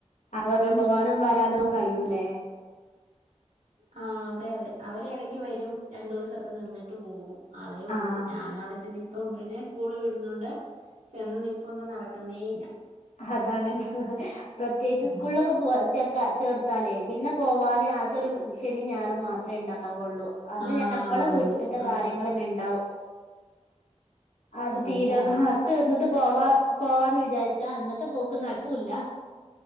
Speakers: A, on the left (about 75°); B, on the right (about 80°).
A: അപ്പൊ <unintelligible> പോവാനും വരാനും കഴിയൂല്ലേ
B: ആഹ് അതെ അതെ അവര് ഇടയ്ക്ക് വരും രണ്ടു ദിവസമൊക്കെ നിന്നിട്ട് പോകും അതേ ഉള്ളൂ
A: ആഹ്
B: ഞാനവിടെ ചെന്ന് ഇപ്പം ഇവനെ സ്കൂളിൽ വിടുന്ന കൊണ്ട് ചെന്ന് നിൽപ്പൊന്നും നടക്കുന്നേ ഇല്ല
A: അതാണ് പ്രത്യേകിച്ച്
B: ഉം.
A: സ്കൂളിലൊക്കെ പോ ച ചേർത്താലേ പിന്നെ പോവാനെ ആകെ ഒരു ശനിം ഞായറും മാത്രമേ ഉണ്ടാവുള്ളൂ അന്ന്
B: ആ
A: നമ്മളെ വീട്ടിലത്തെ
B: ഉള്ളു അതെ
A: കാര്യങ്ങള് തന്നെ ഉണ്ടാവും അത്
B: അതന്നെ
A: തീരെ അത് തീർന്നിട്ട് പോവാ പോവാന്ന് വിചാരിച്ചാ അന്നത്തെ പോക്ക് നടക്കൂല്ല